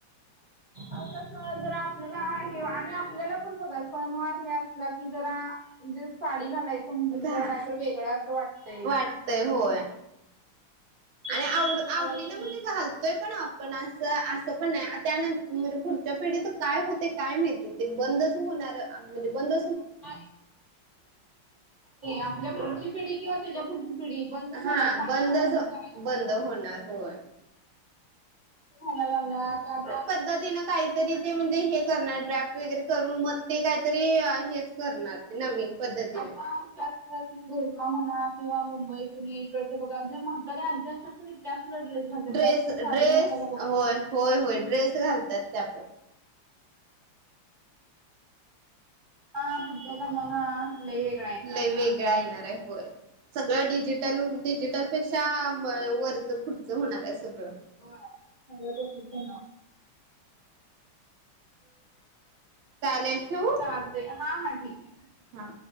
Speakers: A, on the right; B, on the right.
A: पाणी चा आवाज आहे
B: ते कस जरा आपल्याला हे. आणि आपल्याला पण बघा सणवार हे असला की जरा- म्हणजे साडी घालायचं म्हटलं की,
A: घा
B: जरा काय तर वेगळं असं वाटतंय.
A: वाटतय होय
B: त्यानुसार
A: आणि आवड आवडी
B: घालायचं
A: न म्हणजे घाल- -तोय पण आपण अस. असं पण नाही त्यान म्हणजे, पुढच्या पिढीच काय होतय काय माहिती? ते बंदच होणार म्हणजे बंद-
B: <inaudible> आपल्या पुढची पिढी किंवा त्याच्या पुढची पिढी. बंदच
A: हा
B: होणार. साड्याच
A: बंदच
B: बंद होणारयेत.
A: बंद होणार होय
B: <unintelligible> लागला आता आता.
A: का तिन काहीतरी ते म्हणजे हे करणार. ड्रॅफ्ट वगैरे करून मग ते काहीतरी हेच- करणार ते नवीन पद्धतीने.
B: आता त्याच बघा गोवा म्हणा किंवा मुंबई, पुुणे इकडचे बघा. जे म्हाताऱ्या आज्या असतात की नाही त्या सुद्धा ड्रेस- घालतात.
A: ड्रेस
B: त्या सुद्धा साडी
A: ड्रेस
B: नेसायला बघत
A: होय
B: नाहीत.
A: होय. होय. ड्रेस घालतात त्या पण.
B: हा पुढचा जमाना लई वेग-
A: लई वेगळा येणार ए. होय. सगळ डिजिट- -टल होऊन डिजिटल पेक्षा वरचं, पुढचं होणार आहे सगळं.
B: होय, सगळं तसच होणार.
A: चालेल. ठेवू?
B: चालतय. हा. हा. ठीक आहे.
A: हा.